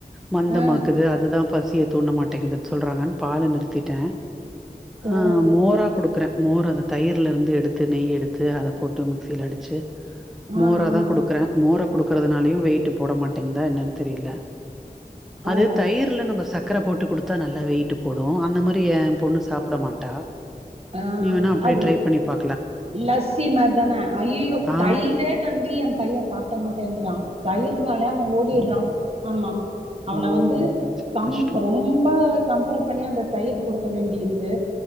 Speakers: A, in the centre; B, on the right.
A: மந்தமாக்குது
B: ஆ
A: அதுதா பசிய தூண மாட்டேங்குதுன் சொல்றாங்கன் பால நிறுத்திட்டே
B: ஓ
A: ஆ மோரா குடுக்குறே மோர் அந்த தயிர்லருந்து எடுத்து நெய் எடுத்து அத போட்டு மிக்சில அடிச்சு மோரா
B: ஆ ஆ
A: தா குடுக்குறே மோர குடுக்குறதுனாலயு வெயிட்டு போட மாட்டங்கதா என்னன் தெரில அது
B: ஓ
A: தயிர்ல நம்ம சக்கர போட்டு குடுத் த்தா நல்லா வெயிட்டு போடு அந்த மாரி ஏ பொண்ணு சாப்ட மாட்டா
B: ஆ
A: நீ வேணா அப்டி
B: அது
A: ட்ரை பண்ணி பா
B: லஸ்ஸி மாரிதான ஐயோயோ
A: ஆ
B: தயிரே வந்து ஏ பையன் சாப்ட மாட்டேன்றா தயிர்னாலே அவ ஓடிர்றா ஆமா அவன
A: ஓ
B: வந்து
A: கொஞ்சோ
B: கம்
A: கஷ்டோ
B: ரொம்ப கம்பல் பண்ணி அந்த தயிர் குடுக்க வேண்டிருக்கு